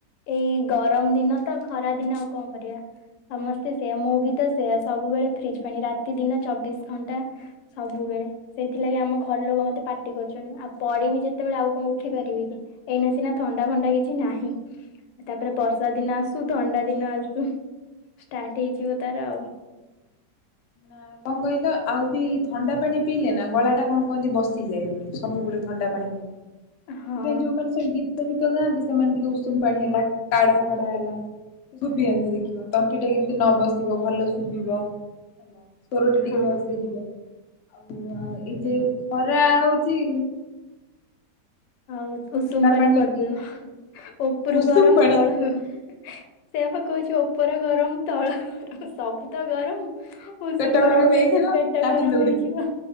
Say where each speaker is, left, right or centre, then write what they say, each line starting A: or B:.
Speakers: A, on the left; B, on the left.
A: ଏଇ ଗରମ ଦିନ ତ ଖରା ଦିନ ଆଉ ଙ୍କ କରିବା। ସମସ୍ତେ ସେଇୟା ମୁଁ ବି ତ ସେଇୟା ସବୁବେଳେ ଫ୍ରିଜ ପାଣି ରାତି ଦିନ ଚବିଶ ଘଣ୍ଟା ସବୁବେଳେ। ସେଇଥିଲାଗି ଆମ ଘର ଲୋକ ମତେ ପାଟି କରୁଛନ୍ତି ଆଉ ପଡମି ଯେତେବେଳେ ଆଉ ଙ୍କ ଉଠି ପାରିବି କି। ଏଇନା ସିନା ଥଣ୍ଡା ଫଣ୍ଡା କିଛି କି ନାହିଁ ତାପରେ ବର୍ଷା ଦିନ ଆସୁ ଥଣ୍ଡା ଦିନ ଆସୁ ଷ୍ଟାର୍ଟ ହେଇଯିବ ତାର ଆଉ
B: ନା ଙ୍କ କହିଲ ଆଉ ବି ଥଣ୍ଡା ପାଣି ପିଇଲେ ନା ଗଳା ଟା ଙ୍କ କୁହନ୍ତି ବସିଯାଏ ବୋଲି ସବୁବେଳେ ଥଣ୍ଡା ପାଣି ପିଇ ସେଥିପାଇଁ
A: ହଁ
B: ଯୋଉ ମାନେ ସବୁ ଗୀ ଗୀତ ଫିତ ଗାନ୍ତି ସେମାନେ ଟିକେ ଉସୁମ ପାଣି ହେଲା କାଢ଼ା ଫାଡ଼ା ହେଲା ଆକୁ ସବୁ ପିଅନ୍ତି ଦେଖିବ ତଣ୍ଟି ଟା କେମିତି ନ ବସିବ ଭଲ ଶୁଭିବ ହେଲା ସୋରୋ ଟା ଟିକେ
A: ହଁ
B: ଭଲ୍ ସେ ଯିବ ଆଉ ଆଉ ଏଇ ଯୋଉ ଖରା ହୋଉଛି
A: ଆଉ
B: ଥଣ୍ଡା
A: ଉଷୁମ ପାଣି କୁଆଡୁ
B: ପିଇ
A: ପିଇବ
B: ପିଇ
A: ଉପୁରୁ
B: ଉଷୁମ
A: ଗରମ
B: ପାଣି
A: ତଳ ହ ସେଇଆ ପା କୋହୁଛି ଓପର ଗରମ ତଳ ଗରମ୍ ସବୁ ତ ଗରମ ଉଷୁମ
B: ପେଟ
A: ପାଣି
B: ଗରମ ହେଇଯିବ
A: ସେ ପେଟ ଟା
B: ଲାଟିନ୍
A: ଗରମ ହେଇଯିବ